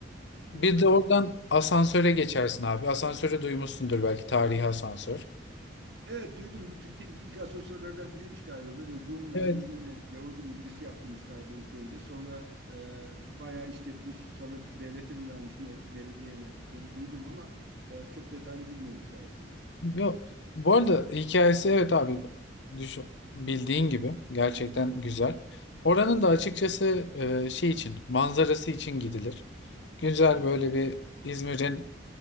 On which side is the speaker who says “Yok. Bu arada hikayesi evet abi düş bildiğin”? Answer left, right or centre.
Left